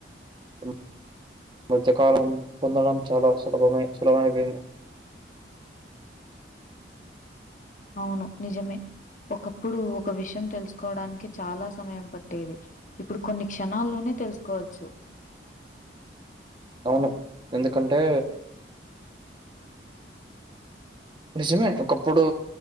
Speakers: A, on the right (about 25°); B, on the left (about 45°).
A: మ్మ్ <unintelligible> కాలం పొందడం చాలా సులభమై సులభమైపోయింది
B: అవును నిజమే ఒకప్పుడు ఒక విషయం తెలుసుకోవడానికి చాలా సమయం పట్టేది ఇప్పుడు కొన్ని క్షణాల్లోనే తెలుసుకోవచ్చు
A: అవును ఎందుకంటే నిజమే ఒకప్పుడు